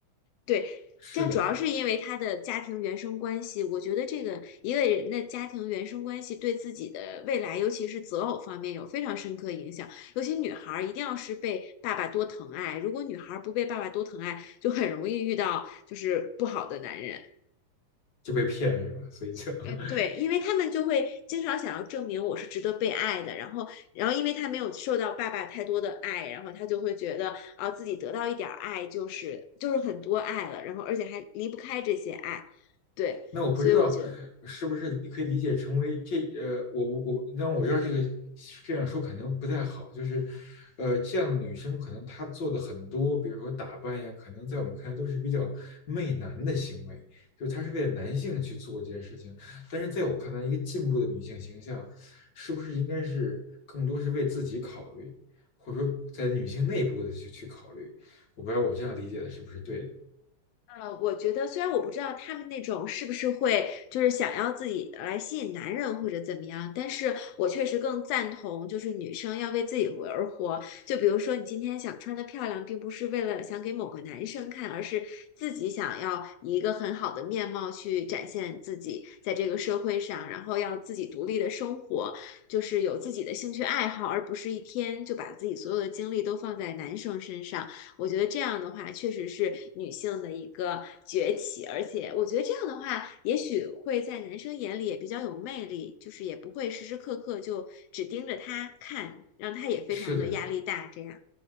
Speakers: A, on the left (about 80°); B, on the left (about 40°).
A: 对，
B: 是的，
A: 但主要是因为她的家庭原生关系，我觉得这个一个人的家庭原生关系对自己的未来，尤其是择偶方面有非常深刻影响，尤其女孩儿一定要是被爸爸多疼爱，如果女孩儿不被爸爸多疼爱，就很容易遇到就是不好的男人。
B: 就被骗是吧？所以就 <laughs>
A: 呃，对，因为他们就会经常想要证明我是值得被爱的，然后，然后因为他没有受到爸爸太多的爱，然后他就会觉得啊，自己得到一点儿爱就是就是很多爱了，然后而且还离不开这些爱，对，
B: 那我不知道是不是可以理解成为这呃，
A: 所以我觉得
B: 我我我，那我知道这个这样说可能不太好，就是，呃，这样的女生可能她做的很多，比如说打扮呀，可能在我们看来都是比较媚男的行为，就是她是为了男性去做这件事情。但是在我看来，一个进步的女性形象，是不是应该是更多是为自己考虑，或者说在女性内部的去去考虑？我不知道我这样理解的是不是对的？
A: 呃，我觉得虽然我不知道他们那种是不是会就是想要自己来吸引男人或者怎么样，但是我确实更赞同就是女生要为自己活而活。就比如说你今天想穿的漂亮，并不是为了想给某个男生看，而是自己想要以一个很好的面貌去展现自己在这个社会上，然后要自己独立的生活，就是有自己的兴趣爱好，而不是一天就把自己所有的精力都放在男生身上。我觉得这样的话，确实是女性的一个崛起，而且我觉得这样的话，也许会在男生眼里也比较有魅力，就是也不会时时刻刻就只盯着他看，让他也非常的压力大这样。
B: 是的，